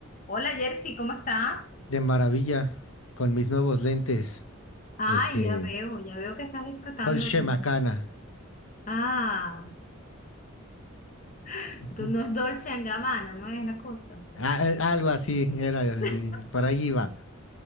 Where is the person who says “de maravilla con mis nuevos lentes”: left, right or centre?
Left